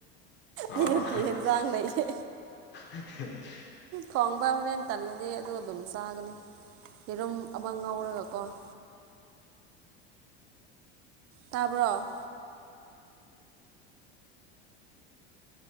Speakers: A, on the left; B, on the right.
A: ꯑꯥ
B: ꯑꯌꯨꯀꯤ ꯌꯦꯟꯖꯥꯡ ꯂꯩꯌꯦ
A: <unintelligible> <unintelligible>
B: ꯈ꯭ꯣꯡꯕ ꯍꯣꯔꯦꯟ ꯇꯜꯂꯗꯤ ꯑꯗꯨ ꯑꯗꯨꯝ ꯆꯥꯒꯅꯤ ꯌꯦꯔꯨꯝ ꯑꯃ ꯉꯧꯔꯒꯀꯣ <unintelligible> <unintelligible> ꯇꯥꯕ꯭ꯔꯣ